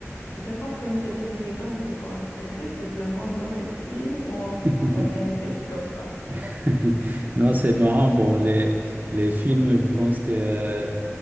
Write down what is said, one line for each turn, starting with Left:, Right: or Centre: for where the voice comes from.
Left: je sais pas trop, une certaine élégance, quoi. Est-ce que c'est seulement dans les films ou en,
Right: <laughs>
Left: en réalité c'est comme ça?
Right: <laughs> Non, c'est marrant. Bon, les, les films, je pense que euh,